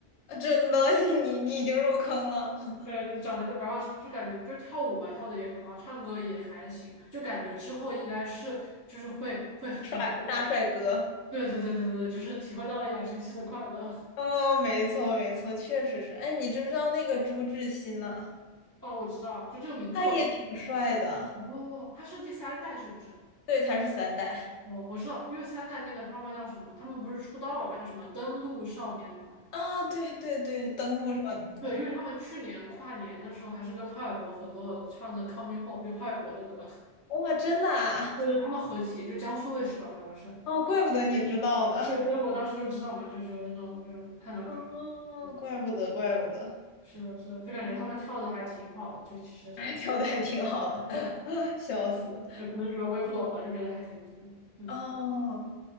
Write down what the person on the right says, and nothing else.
<laughs> 对，就长得就然后就感觉就跳舞吧，跳的也很好，唱歌也还行，就感觉之后应该是就是会会挺不错的。
对对对对对，就是体会到了养成系的快乐。
哦，我知道，就这个名字我知道
哦，他是第三代是不是？
哦，我知道，因为三代那个他们叫什么？他们不是出道了吧？叫什么登陆少年团？
对，因为他们去年跨年的时候还是跟潘玮柏合作的，唱的《Coming Home》就潘玮柏的歌。
对对，他们合体，就江苏卫视吧，好像是。
对，所以我当时就知道嘛，就就是那种就是看到就是，
对，
是的，是的，就感觉他们跳的还挺好的，
就其实
就可能主要我也不懂吧，就觉得还挺不错的。嗯，